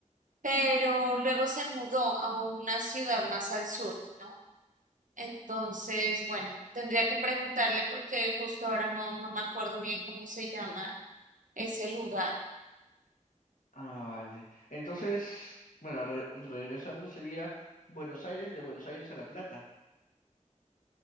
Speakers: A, on the right (about 80°); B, on the left (about 80°).
A: pero luego se mudó a una ciudad más al sur, ¿no? Entonces, bueno, tendría que preguntarle porque justo ahora no, no me acuerdo bien cómo se llama ese lugar.
B: Ah, vale. Entonces, bueno, re- regresando sería Buenos Aires, de Buenos Aires a La Plata.